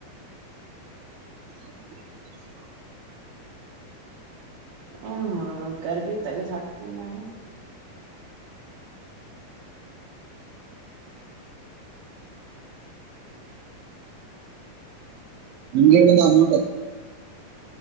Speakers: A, on the right; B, on the right.
A: <inaudible>
B: ಏನ್ ಮಾಡಡ ಗರ್ಬಿ ತಗದ್ ಹಾಕ್ತಿನ್ ನಾನು
A: ಅಂಗಗೆಲ್ಲ ಅಂಗೋಟ